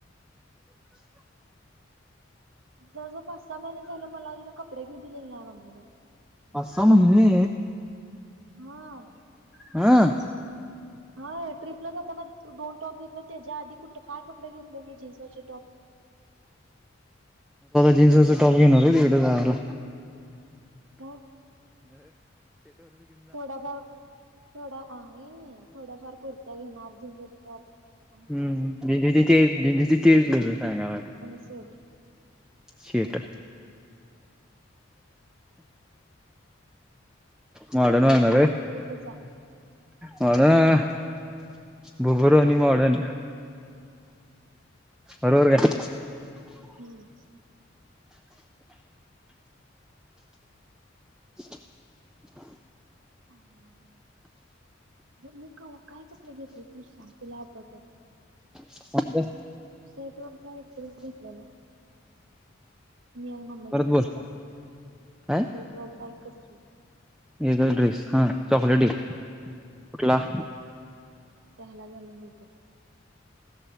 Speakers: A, in the centre; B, on the right.
A: <inaudible>
B: जवळ जवळ पाच सहा महिने झालं मला एकदा कपडे घेऊ दिलेल नाय मम्मीन
A: पाच सहा महिने.
B: मग
A: ह्ं
B: हय ट्रीपला जाताना दोन टॉप घेतलय तेज्या आदी कुट काय कपडे घेत म मी जीन्सवरचे टॉप
A: जिन्स वरचे टाॅप घेणार वय तिकड घालायला.
B: मग थोडाफार थोडा आहीय थोड्याफार कुर्त्या घेणार जिन्सवरचं टॉप. आणि
A: हम्म
B: हे असं घ्यायचं
A: <unintelligible> चे <unintelligible> चेस घेउन जाणार.
B: आणि स्वेट
A: शेट मॉडन वागणार वय
B: तेथच आहे
A: मॉडन वागनार
B: हा
A: भुबरोनी मॉडन बरोबर काय.
B: हम्म
A: <inaudible>
B: आणि बर मी कवा काय कपडे घेतलय तूच सांग तुला आठवतय.
A: सांगु
B: सेट वरचा एक ड्रेस घेतलेला. मी आणि मम्मी
A: परत
B: गेलतो
A: बोल
B: त्यो चॉकलेटी
A: काय
B: सेटवरचा एकच ड्रेस.
A: एकच ड्रेस हा चॉकलेटी कुठला?
B: हा त्याला गेलून बध तो.